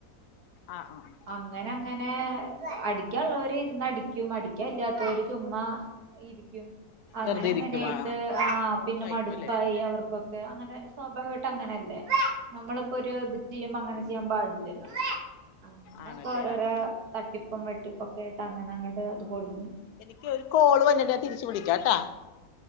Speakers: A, on the left; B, on the right.
A: ആഹ് ആഹ് അ
B: അങ്ങനെ അങ്ങനെ അടിക്കാംള്ളവര് ഇരുന്ന് അടിക്കും അടിക്കാനില്ലാത്തവര് ചുമ്മാ ഇരിക്കും അങ്ങനെ
A: വെറുതെ ഇരിക്കും
B: അങ്ങനെയായിട്ട്
A: ആഹ് ആഹ്
B: ആ
A: ഉറപ്പായിരിക്കും
B: പിന്നെ മടുപ്പായി
A: അല്ലേ
B: അവർക്കൊക്കെ അങ്ങനെ സ്വാഭാവികമായിട്ട് അങ്ങനെയല്ലേ നമ്മളിപ്പോ ഒരു ഇത് ചെയ്യുമ്പ അങ്ങനെ ചെയ്യാൻ പാടില്ലല്ലോ അങ്ങനൊക്കെ
A: ആണല്ലേ
B: ഓരോരോ
A: ആഹ് ആഹ്
B: തട്ടിപ്പും വെട്ടിപ്പും ഒക്കെ ഇട്ട് അങ്ങനെ അങ്ങോട്ട് അത് പൊളിഞ്ഞു
A: എനിക്ക് ഒരു കോള് വന്നിട്ട്ണ്ട തിരിച്ചു വിളക്കട്ടാ